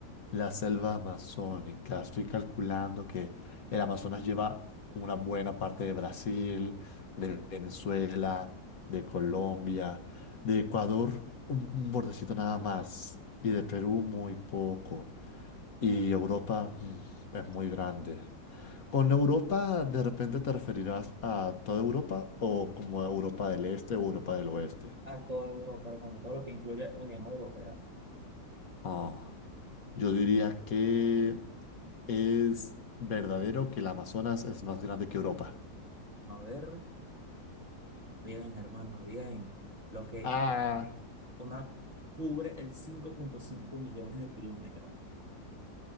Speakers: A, on the left (about 55°); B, on the right (about 25°).
A: la selva amazónica. Estoy calculando que el Amazonas lleva una buena parte de Brasil, de Venezuela, de Colombia, de Ecuador, un un bordecito nada más, y de Perú muy poco. Y Europa, mm, es muy grande. Con Europa, ¿de repente te referirás a toda Europa o como a Europa del Este o Europa del Oeste?
B: A toda Europa, hermano, todo lo que incluye Unión Europea.
A: Ah, yo diría que es verdadero que el Amazonas es más grande que Europa.
B: A ver, bien, hermano, bien. Lo que
A: Ah,
B: una cubre el cinco punto cinco millones de kilómetros.